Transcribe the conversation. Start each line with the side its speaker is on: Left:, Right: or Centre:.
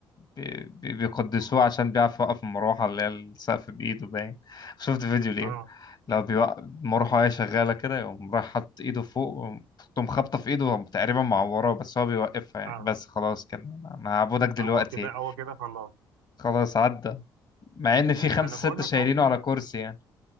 Left: بي- بي- بيقدسوه عشان بيعرف يوقف المروحة اللي هي السقف بإيده باين شفت فيديو ليه
Right: آه آه
Left: لو بيوقف المروحة وهي شغالة كده يقوم رايح حاطط إيده فوق ويقوم- تقوم خابطة في إيده تقريبا معوراه بس هو بيوقفها يعني
Right: آه
Left: بس خلاص كان أنا هعبدك دلوقتي
Right: هو كده هو كده خلاص
Left: خلاص عدى مع
Right: ما
Left: إن في خمسة
Right: ما أنا بقول
Left: ستة
Right: لك
Left: شايلينه
Right: هو فعلا
Left: على كرسي يعني